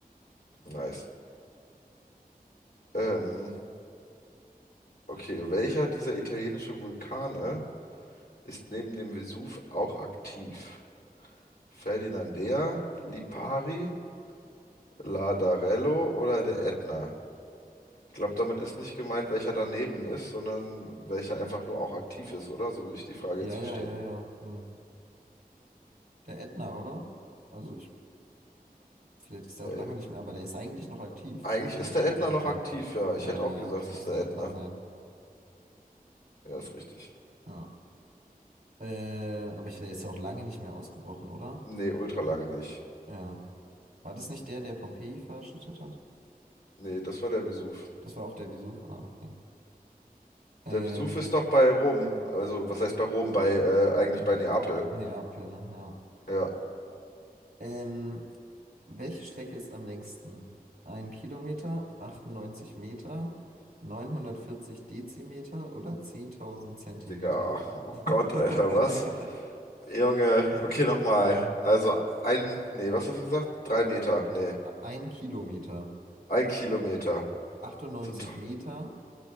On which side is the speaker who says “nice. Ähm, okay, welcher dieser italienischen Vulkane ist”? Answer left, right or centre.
Left